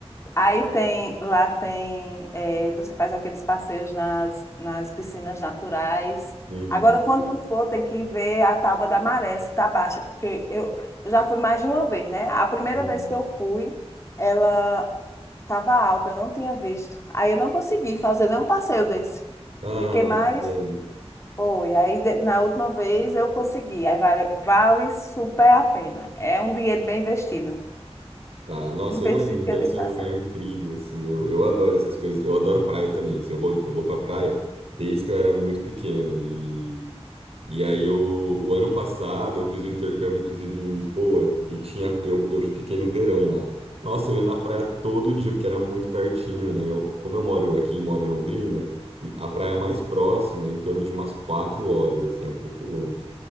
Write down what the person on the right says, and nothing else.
Uhum,
uhum.
Ah,
que pena.
Ah,
nossa,
eu imagino,
deve
ser
um lugar incrível, assim, eu, eu adoro essas coisas, eu adoro praia também, assim, eu vou, eu vou pra praia desde que eu era muito pequeno, e, e aí eu, o ano passado eu fiz um intercâmbio, inclusive, em Lisboa, e tinha, eu, eu fiquei no verão lá, nossa, eu ia na praia todo dia, porque era muito pertinho, né, eu, como eu moro aqui, moro em Londrina, a praia mais próxima é em torno de umas quatro horas, assim, é um pouco longe,